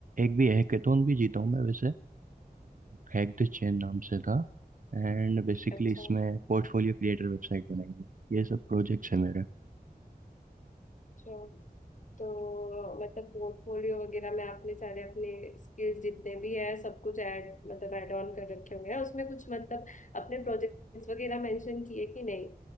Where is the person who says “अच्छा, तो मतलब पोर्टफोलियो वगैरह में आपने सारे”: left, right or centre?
Left